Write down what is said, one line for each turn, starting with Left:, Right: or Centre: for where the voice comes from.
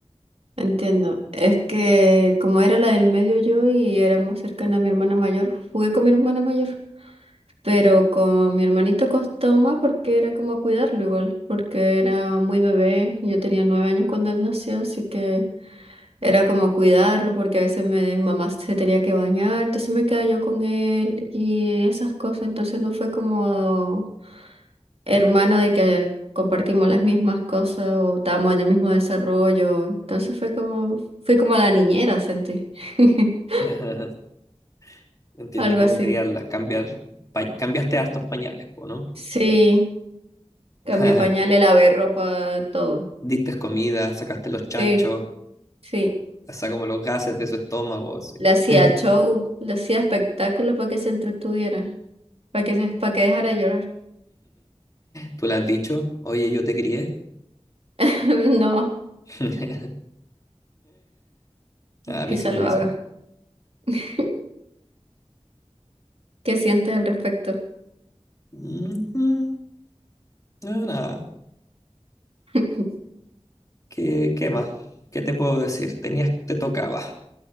Right: Entiendo. Es que como era la del medio yo y era más cercana a mi hermana mayor, jugué con mi hermana mayor. Pero con mi hermanito costó más porque era como cuidarlo igual, porque era muy bebé. Yo tenía nueve años cuando él nació, así que era como cuidarlo porque a veces me- mi mamá se tenía que bañar, entonces me quedaba yo con él y esas cosas. Entonces no fue como hermano de que compartimos las mismas cosas o estábamos en el mismo desarrollo. Entonces fue como, fui como la niñera, sentí. <laughs>
Left: <laughs> Entiendo
Right: Algo
Left: cómo
Right: así.
Left: criarlas, cambiar, pa- cambiaste hartos pañales, po, ¿no?
Right: Sí, cambié
Left: <laughs>
Right: pañales, lavé ropa, todo.
Left: Diste comida, sacaste los chanchos,
Right: Sí, sí.
Left: hasta como los gases de su estómago, sí.
Right: Le hacía
Left: <laughs>
Right: show, le hacía espectáculo para que se entretuviera, para que se, para que dejara de llorar.
Left: ¿Tú le has dicho? Oye, yo te crié.
Right: <laughs> No,
Left: <laughs> A mí
Right: quizá
Left: sí me
Right: lo
Left: dicen.
Right: haga. <laughs> ¿Qué sientes al respecto?
Left: "Ujú, No, nada.
Right: <laughs>
Left: ¿Qué, qué más? ¿Qué te puedo decir? Tenías, te tocaba.